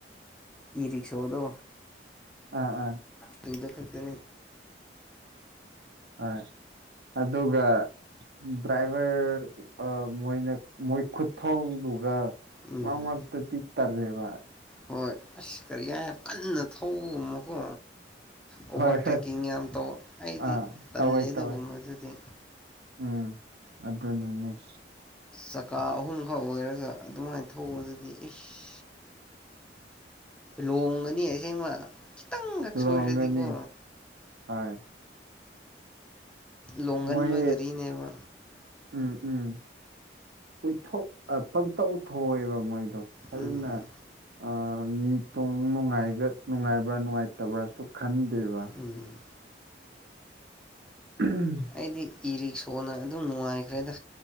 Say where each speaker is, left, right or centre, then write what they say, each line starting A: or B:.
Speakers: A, in the centre; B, on the right.
A: ꯏꯔꯤꯁꯣꯗꯣ
B: ꯑꯥ ꯑꯥ
A: ꯇꯨꯗ ꯈ ꯇ
B: ꯑꯁ ꯑꯗꯨꯒ ꯗ꯭ꯔꯥꯏꯚꯔ ꯃꯣꯏꯅ ꯃꯣꯏ ꯈꯨꯠꯊꯧꯗꯨꯒ
A: ꯎꯝ
B: ꯃꯔꯛ ꯃꯔꯛꯇꯗꯤ ꯇꯜꯂꯦꯕ
A: ꯍꯣꯏ ꯑꯁ ꯀꯔꯤ ꯍꯥꯏ ꯀꯟꯅ ꯊꯧꯕ ꯀꯣ ꯑꯣꯚꯔꯇꯦꯛꯀꯤꯡ
B: ꯍꯣꯏ ꯍꯣꯏ
A: ꯌꯥꯝ ꯇꯧꯕ ꯑꯩꯗꯤ
B: ꯑꯥ
A: ꯇꯜꯂꯦ
B: ꯇꯧꯋꯦ
A: ꯑꯗꯨꯒꯨꯝꯕ
B: ꯇꯧꯋꯦ
A: ꯗꯨꯗꯤ
B: ꯎꯝ ꯑꯗꯨꯅꯤꯅꯦ
A: ꯆꯀꯥ ꯑꯍꯨꯝꯈꯛ ꯑꯣꯏꯔꯒ ꯑꯗꯨꯃꯥꯏꯅ ꯊꯧꯕꯗꯗꯤ ꯏꯁ ꯂꯣꯡꯉꯅꯤ ꯑꯩꯁꯦꯡꯃ ꯈꯤꯇꯪꯈꯛ
B: ꯂꯣꯡꯒꯅꯤ
A: ꯁꯣꯏꯔꯗꯤꯀꯣ
B: ꯍꯣꯏ
A: ꯂꯣꯡꯒꯟꯕ
B: ꯃꯣꯏ
A: ꯒꯥꯔꯤꯅꯦꯕ
B: ꯎꯝ ꯎꯝ ꯀꯣꯏꯊꯣꯛ ꯄꯪꯇꯧ ꯊꯧꯑꯦꯕ ꯃꯣꯏꯗ <unintelligible>
A: ꯎꯝ
B: ꯃꯤꯇꯣꯡꯅꯨꯡꯉ ꯅꯨꯡꯉꯥꯏꯕ꯭ꯔꯥ ꯅꯨꯡꯉꯥꯏꯇꯕ꯭ꯔꯥꯁꯨ ꯈꯟꯗꯦꯕ
A: ꯎꯝ
B: <unintelligible>
A: ꯑꯩꯗꯤ ꯏꯔꯤꯛꯁꯣꯅ ꯑꯗꯨꯝ ꯅꯨꯡꯉꯥꯏꯈ꯭ꯔꯦꯗ